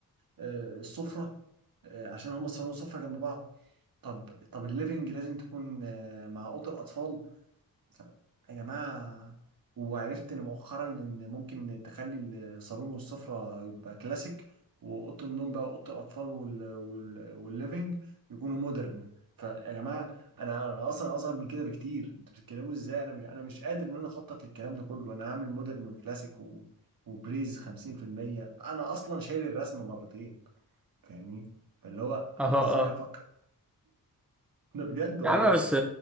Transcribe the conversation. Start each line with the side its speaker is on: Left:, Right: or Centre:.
Right: آه، السفره آه، عشان هما الصالون والسفره جنب بعض طب طب الليفنج لازم تكون آه، مع اوضه الاطفال ف- يا جماعة وعرفت إن مؤخرا إن ممكن تخلي الصالون والسفرة يبقى كلاسيك وأوضة النوم بقى أوضة الأطفال وال... وال... والليفينج يكونوا مودرن فيا جماعة أنا أنا أصلا أصغر من كده بكتير أنتوا بتتكلموا إزاي أنا مش... أنا مش قادر إن أنا أخطط للكلام ده كله أنا هعمل مودرن وكلاسيك و... وبريز 50% أنا أصلا شايل الرسمة مرتين فاهمني فاللي هو أنا
Centre: اه
Right: إزاي
Centre: اه
Right: هفكر ده بجد والله
Centre: يا عم بس